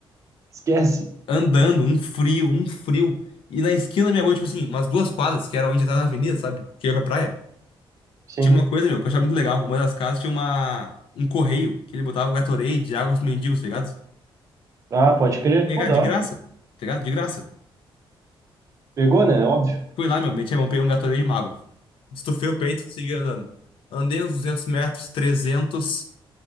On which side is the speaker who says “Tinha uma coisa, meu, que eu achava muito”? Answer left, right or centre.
Left